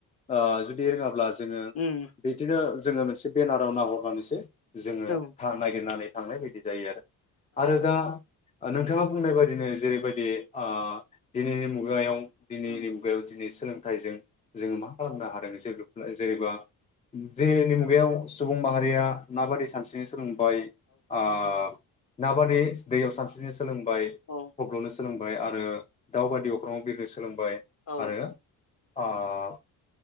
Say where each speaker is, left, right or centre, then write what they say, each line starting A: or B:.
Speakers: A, on the left; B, on the left.
A: ओ जुदि रोङा जोङो
B: उम
A: बिब्दिनो जोङो मोनसे बेनाराव नाहरनानैसै जोङो
B: औ
A: था नागिरनानै थांनाय बायदि जायो आरो आरो दा नोंथाङा बुंनाय बायदिनो जेरैबायदि आह दिनैनि मुगायाव दिनैनि
B: उम
A: मुगायाव दिनै सोलोंथाइजों जोङो मा खालामनो हादों जेहेथु जेरैबा <inaudible> सुबुं
B: औ
A: माहारिया माबादि सानस्रिनो सोलोंदों। बाय ओ नाबादि दैयाव सानस्रिनो सोलोंबाय
B: औ
A: गब्ल'नो स सोलोंबाय आरो दाउ बायदि अख्राव सोलोंबाय
B: औ
A: आरो। अ।